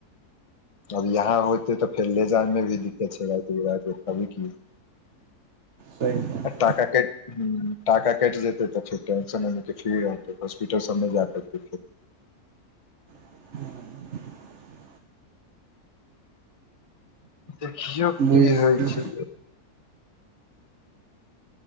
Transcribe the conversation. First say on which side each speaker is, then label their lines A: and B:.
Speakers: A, on the left (about 25°); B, on the right (about 55°).
A: अब यहाँ होइतै तऽ फेर लऽ जाएमे भी दिक्कत छै, राति-बिराति एखन की
B: सहि बात
A: टाका कट हँ, टाका कटि जेतै तऽ फेर टेंशन फ्री रहतै हॉस्पिटल सभ नहि जाए पड़तै फेर
B: हँ
A: देखियौ,
B: बुझि
A: की होइ छै